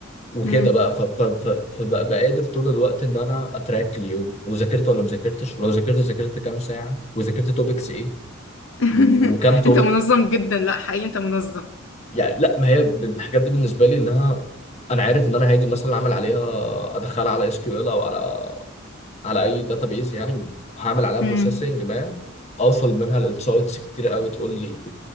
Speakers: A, on the left; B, on the left.
A: وكده
B: امم
A: بقى ف... ف... ف... فبقى بقى قادر طول الوقت ان انا اتراك اليوم وذاكرت ولا ما ذاكرتش ولو ذاكرت ذاكرت كام ساعه وذاكرت توبكس ايه
B: <laughs>
A: وكام توبك
B: انت منظم جدا لا حقيقي انت منظم
A: يعني لا ما هي الحاجات دي بالنسبه لي انها انا عارف ان انا هاجي مثلا اعمل عليها ادخلها على اس كيو ال او على على اي داتابيز يعني وهعمل عليها بروسيسنج
B: امم
A: ما اوصل منها لانسايتس كتير قوي تقول لي